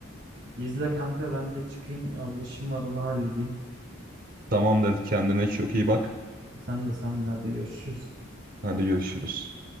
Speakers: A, on the right; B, on the right.
A: İzle kanka ben de çıkayım az işim var onu halledeyim.
B: Tamamdır. Kendine çok iyi bak.
A: Sen de sen de hadi görüşürüz.
B: Hadi görüşürüz.